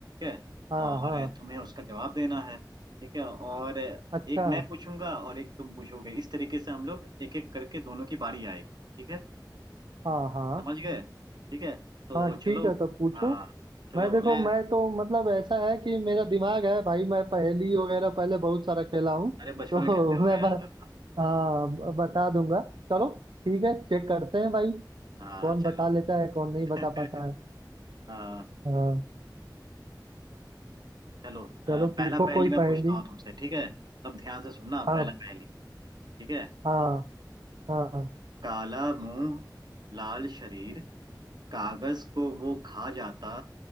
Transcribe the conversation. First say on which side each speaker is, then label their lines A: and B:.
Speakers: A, on the right (about 65°); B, on the right (about 90°).
A: है
B: हाँ
A: और
B: हाँ
A: तुम्हें उसका जवाब देना है ठीक है और एक
B: अच्छा
A: मैं पूछूंगा और एक तुम पूछोगे इस तरीके से हम लोग एक एक करके दोनों की बारी आएगी ठीक है
B: हाँ हाँ
A: समझ गए ठीक है तो
B: हाँ ठीक
A: चलो
B: है तो पूछो
A: हाँ चलो
B: मैं देखो
A: मैं
B: मैं तो मतलब ऐसा है कि मेरा दिमाग है भाई मैं पहेली वगैरह पहले बहुत सारा खेला हूँ
A: अरे बचपन
B: तो
A: में खेलते हुए
B: <laughs> मैं
A: हैं
B: बस
A: हाँ
B: हाँ ब- बता दूंगा चलो ठीक है चेक करते हैं भाई
A: हाँ,
B: कौन
A: चलो
B: बता लेता है कौन नहीं बता
A: <laughs>
B: पाता है
A: हाँ
B: हाँ
A: चलो
B: चलो
A: अ, पहला
B: पूछो
A: पहेली
B: कोई
A: मैं
B: पहेली
A: पूछता हूँ तुमसे ठीक है सब ध्यान से सुनना
B: हाँ
A: पहला पहेली ठीक है
B: हाँ हाँ
A: काला मुंह लाल शरीर कागज को वो खा जाता